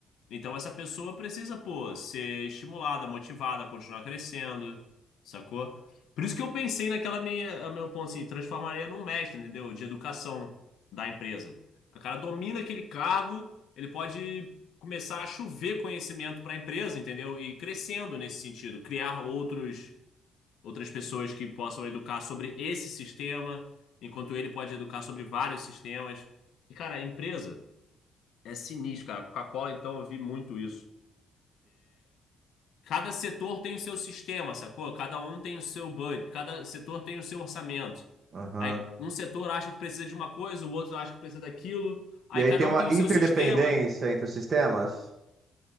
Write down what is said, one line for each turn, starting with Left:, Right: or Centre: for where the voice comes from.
Left: Então essa pessoa precisa, pô, ser estimulada, motivada, continuar crescendo, sacou? Por isso que eu pensei naquela minha, a meu ponto assim, transformaria num mestre, entendeu? De educação da empresa. O cara domina aquele cargo, ele pode começar a chover conhecimento para a empresa, entendeu? E ir crescendo nesse sentido, criar outros outras pessoas que possam educar sobre esse sistema, enquanto ele pode educar sobre vários sistemas. E cara, a empresa é sinistro, cara. A Coca-Cola, então, eu vi muito isso. Cada setor tem o seu sistema, sacou? Cada um tem o seu budget, cada setor tem o seu orçamento.
Right: Aham.
Left: Aí um setor acha que precisa de uma coisa, o outro acha que precisa daquilo. Aí
Right: E aí
Left: cada
Right: tem
Left: um
Right: uma
Left: tem
Right: interdependência
Left: o seu sistema.
Right: entre os sistemas.